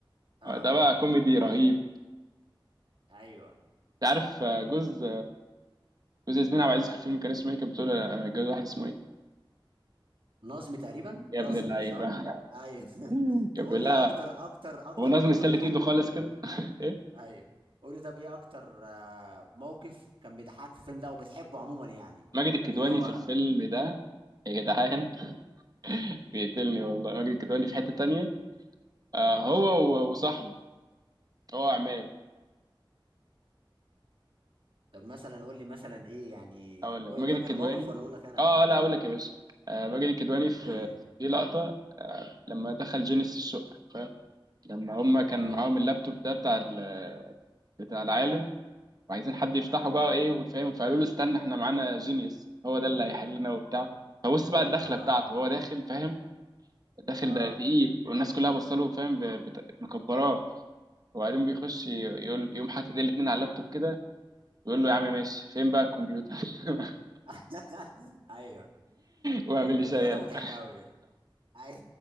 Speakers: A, on the right (about 80°); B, on the right (about 45°).
A: اه
B: آه، ده بقى كوميدي رهيب
A: ايوه
B: انت عارف آه، جوز جوز ياسمين عبد العزيز في الفيلم كان اسمه ايه كانت بتقول له انا متجوز واحد اسمه ايه
A: نظمي تقريبا
B: يا
A: نظمي
B: ابن اللعيبه
A: صح
B: <laughs>
A: ايوه <laughs>
B: كان
A: طب
B: بيقول
A: قول لي
B: لها
A: ايه اكتر اكتر اكتر
B: هو نازل
A: موقف
B: مستلت
A: كان بيضحكك
B: ايده
A: في
B: خالص
A: الفيلم
B: كده
A: ده
B: ايه
A: ايوه قول لي طب ايه اكتر آه، موقف كان بيضحكك في الفيلم ده وبتحبه عموما يعني
B: ماجد الكدواني
A: لان هو
B: في الفيلم ده يا جدعان <laughs> بيقتلني والله ماجد الكدواني في حته تانية آه هو و- وصاحبه هو عماد
A: طب مثلا قول لي مثلا ايه يعني
B: اقول لك
A: قول-
B: ماجد
A: فاكر
B: الكدواني
A: موقف ولا اقول لك انا
B: اه آه، لا اقول لك يا باشا آه ماجد الكدواني في
A: قول لي
B: في لقطه آه لما دخل جينيس الشقه فاهم لما هم كان
A: اه
B: معاهم اللابتوب ده بتاع ال- بتاع العالم وعايزين حد يفتحه بقى ايه وفاهم فقالوا له استنى احنا معانا جينيوس هو ده اللي هيحلنا وبتاع فبص بقى الدخله
A: اه
B: بتاعته هو داخل فاهم داخل
A: اه
B: ده تقيل والناس كلها بصله فاهم ب- بت- مكبراه وبعدين بيخش ي- يقول يقوم حاطط ايديه الاتنين على اللابتوب كده بيقول له يا عم ماشي فين بقى الكمبيوتر <laughs>
A: <laughs> ايوه
B: واعمل
A: ايوه
B: لي
A: كانت
B: شاي
A: لقطه
B: <laughs> يلا
A: مضحكه قوي ايوه